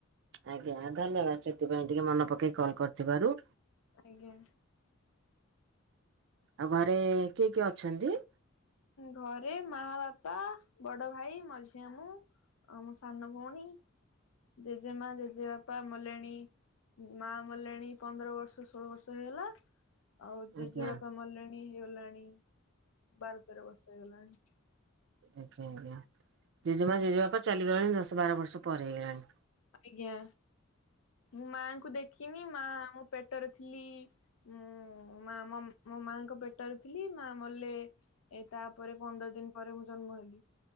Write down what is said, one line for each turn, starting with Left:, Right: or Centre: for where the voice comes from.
Right: ଆଜ୍ଞା ଧନ୍ୟବାଦ ସେଥିପାଇଁ ଟିକେ ମନେ ପକେଇ କଲ୍ କରିଥିବାରୁ।
Left: ଆଜ୍ଞା।
Right: ଆଉ ଘରେ କିଏ କିଏ ଅଛନ୍ତି?
Left: ଘରେ ମା ବାପା ବଡ ଭାଇ ମଝିଆ ମୁଁ। ଆ ମୋ ସାନ ଭଉଣୀ ଜେଜେମା ଜେଜେବାପା ମଲେଣୀ। ମା ମଲେଣି ପନ୍ଦର ବର୍ଷ ଷୋହଳ ବର୍ଷ ହେଇଗଲା। ଆଉ ଜେଜେବାପା
Right: ଆଜ୍ଞା
Left: ମଲେଣି ହେଇଗଲାଣି ବାର ତେର ବର୍ଷ ହେଇଗଲାଣି।
Right: ଆଜ୍ଞା ଆଜ୍ଞା ଜେଜେମା ଜେଜେବାପା ଚାଲିଗଲାଣି ଦଶ ବାର ବର୍ଷ ପରେ ହେଇଗଲାଣି।
Left: ଆଜ୍ଞା ମୁଁ ମାଙ୍କୁ ଦେଖିନି ମା ଆମ ପେଟରେ ଥିଲି ମୁଁ ମା ମୋ ମାଙ୍କ ପେଟରେ ଥିଲି ମା ମଲେ ଏ ତାପରେ ପନ୍ଦର ଦିନ ପରେ ମୁଁ ଜନ୍ମ ହେଲି।